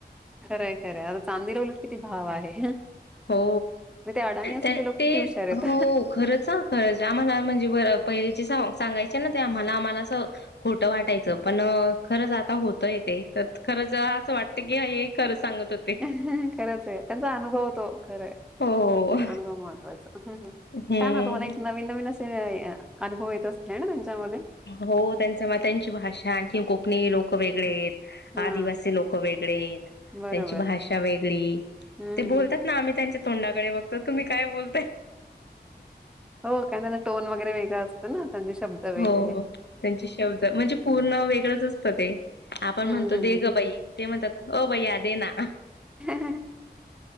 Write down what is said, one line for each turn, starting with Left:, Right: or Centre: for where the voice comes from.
Centre: खरंय खरं आता चांदीला उलट किती भाव आहे.
Left: हो
Centre: मग अडाणी असून
Left: ते
Centre: लोक किती हुशार आहेत.
Left: हो खरंच ह खरंच आम्हाला म्हणजे बरं पहिले चे स सांगायचे ना ते आम्हाला आम्हाला अस खोटं वाटायचं पण खरंच आता होत तय ते त खरंच असं वाटत की खरं सांगत होते
Centre: खरचये त्यांचा अनुभव तो खरय
Left: हो
Centre: अनुभव महत्त्वाचा
Left: हम्म
Centre: छान तुम्हाला एक नवीन नवीन असे अनुभव येत असतील हे ना त्यांच्यामध्ये
Left: हो त्यांच मग त्यांची भाषा आणखीन कोकणी लोक वेगळेयेत.
Centre: हा
Left: आदिवासी लोक वेगळेत
Centre: बरोबर.
Left: त्यांची भाषा वेगळी
Centre: हम्म.
Left: ते बोलतात. आम्ही त्यांच्या तोंडाकडे बघतो तुम्ही काय बोल
Centre: हो का त्यांचा टोन वगैरे वेगळां असतो ना त्यांचे शब्द वेगळे
Left: हो हो त्यांचे शब्द म्हणजे पूर्ण वेगळंच असतं ते आपण
Centre: हम्म,
Left: म्हणतो
Centre: हम्म.
Left: दे ग बाई ते म्हणतात ओ बया दे ना
Centre: छान